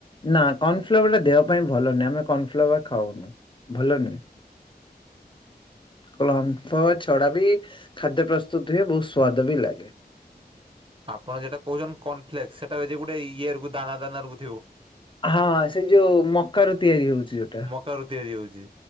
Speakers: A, on the left (about 30°); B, on the right (about 30°).
A: ନା କର୍ଣଫ୍ଲୱାର ଟା ଦେହ ପାଇଁ ଭଲ ନୁଁ ଆମେ କର୍ଣଫ୍ଲୱାର ଖାଉନୁ ଭଲ ନୁହେଁ। <unintelligible> ଛଡା ବି ଖାଦ୍ୟ ପ୍ରସ୍ତୁତ ହୁଏ ବହୁତ ସ୍ଵାଦ ବି ଲାଗେ।
B: ଆପଣ ଯେଟା କହୁଛନ୍ତି କର୍ନଫ୍ଲେକ୍ସ ସେଟା ଗୋଟେ ଇଏ ରୁ ଦାନାଦାନା ରୁ
A: ହଁ ସେ ଯୋଉ ମକାର ର ତିଆରି ହଉଛି ଯୋଟା।
B: ମକାରୁ ତିଆରି ହଉଛି